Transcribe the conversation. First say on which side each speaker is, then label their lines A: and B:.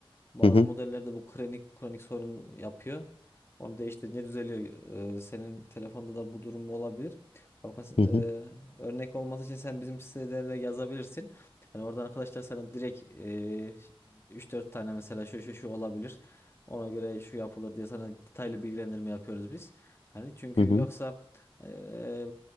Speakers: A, on the left; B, on the left.
A: Bazı
B: Hı hı
A: modellerde bu kronik kronik sorun yapıyor. Onu değiştirince düzeliyor. Ee, senin telefonda da bu durum olabilir. Bak mesela
B: hı hı
A: e, örnek olması için sen bizim sitelerine yazabilirsin. Hani oradan arkadaşlar sana direkt e, 3-4 tane mesela şu şu şu olabilir. Ona göre şu yapılır diye sana detaylı bilgilendirme yapıyoruz biz. Hani çünkü
B: hı hı.
A: yoksa e,